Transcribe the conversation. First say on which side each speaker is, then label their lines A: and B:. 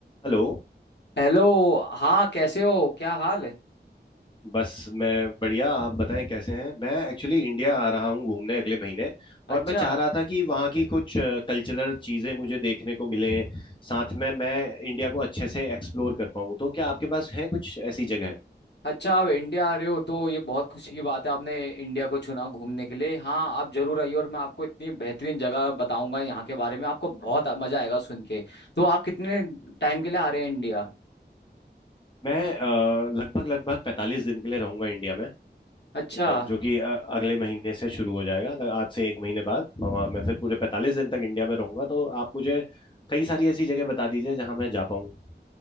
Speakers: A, on the left (about 25°); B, on the left (about 70°).
A: Hello
B: Hello हाँ कैसे हो क्या हाल है
A: बस मैं बढ़िया आप बताएं कैसे हैं मैं एक्चुअली इंडिया आ रहा हूँ घूमने अगले महीने
B: अच्छा
A: और मैं चाह रहा था कि वहाँ की कुछ कल्चरल चीज़ें मुझे देखने को मिलें साथ में मैं इंडिया को अच्छे से एक्सप्लोर कर पाऊँ तो क्या आपके पास है कुछ ऐसी जगह
B: अच्छा आप इंडिया आ रहे हो तो ये बहुत खुशी की बात है आपने इंडिया को चुना घूमने के लिए हाँ आप जरूर आइए और मैं आपको इतनी बेहतरीन जगह बताऊंगा यहाँ के बारे में आपको बहुत मजा आएगा सुन के तो आप कितने टाइम के लिए आ रहे हैं इंडिया
A: मैं अ, लगभग लगभग पैंतालीस दिन के लिए रहूंगा इंडिया में अ,
B: अच्छा
A: जो कि अ, अगले महीने से शुरू हो जाएगा लग- आज से एक महीने बाद और वहाँ मैं फिर पूरे पैंतालीस दिन तक इंडिया में रहूंगा तो आप मुझे कई सारी ऐसी जगह बता दीजिए जहाँ मैं जा पाऊँ